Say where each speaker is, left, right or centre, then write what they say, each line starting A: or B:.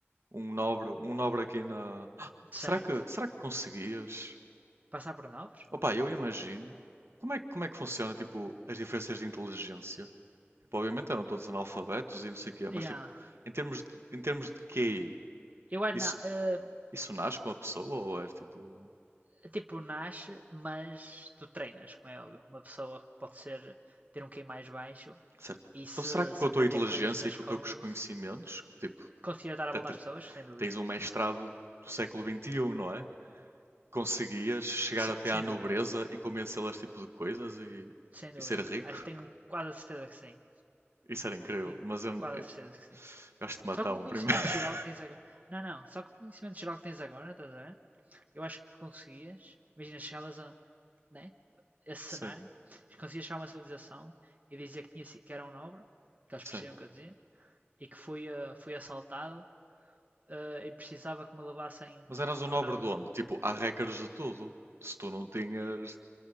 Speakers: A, on the right; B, on the right.
A: um nobre, um nobre aqui na. Ah,
B: Certo.
A: será que, será que conseguias?
B: Passar por nobres?
A: Opa, eu imagino. Como é, que- como é que funciona, tipo, as diferenças de inteligência? Tipo, obviamente eram todos analfabetos e não sei o quê, mas
B: Yeah.
A: tipo, em termos de, em termos de QI,
B: Eu acho
A: isso,
B: não. eh,
A: Isso nasce com a pessoa ou é tipo.
B: eh, tipo, nasce, mas tu treinas, como é óbvio. Uma pessoa que pode ser ter um QI mais baixo
A: certo?
B: e se,
A: Então será que com
B: se
A: a
B: aprender
A: tua inteligência
B: coisas na escola
A: e com os teus
B: e
A: conhecimentos, tipo,
B: conseguir dar a
A: te-
B: volta
A: te-
B: às pessoas, sem dúvida.
A: tens um mestrado do século XXI, não é? Conseguias chegar
B: Se-
A: até
B: Sem
A: à nobreza
B: dúvida,
A: e convencê-las tipo de coisas e,
B: sem dúvida.
A: e ser rico?
B: Acho que tenho quase a certeza que sim.
A: Isso era incrível,
B: Tenho
A: mas eu,
B: quase
A: eu,
B: a certeza
A: eu
B: que sim.
A: acho que te matavam
B: Só com o conhecimento
A: primeiro. <laughs>
B: geral que tens agora. Não, não, só com o conhecimento geral que tens agora, estás a ver? Eu acho que conseguias. Imagina, chegavas a, né? Esse cenário,
A: Sim,
B: conseguias chegar a uma civilização e dizer que, tinha, si- que era um nobre, que eles
A: sim.
B: percebiam o que eu dizia, e que fui, ah, fui assaltado ah, e precisava que me levassem
A: Mas eras um
B: ao
A: nobre
B: nobre.
A: de onde? Tipo, há regras de tudo. Se tu não tinhas.